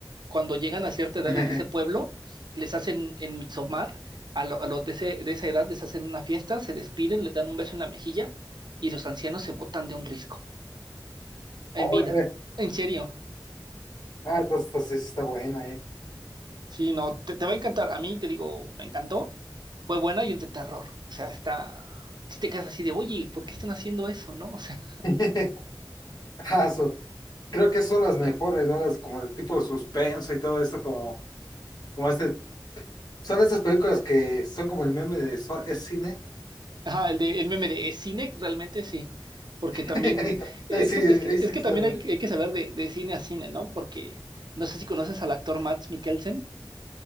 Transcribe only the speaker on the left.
<laughs>
Órale.
Ah, entonces, entonces sí está buena, ¿eh?
<laughs> Ah, su- Creo que son las mejores, ¿no? Las como de tipo suspenso y todo esto, como, como este. Son estas películas que son como el meme de "So- es cine.
<laughs>
Ahí sí,
ahí
sí,
sí,
¿verdad?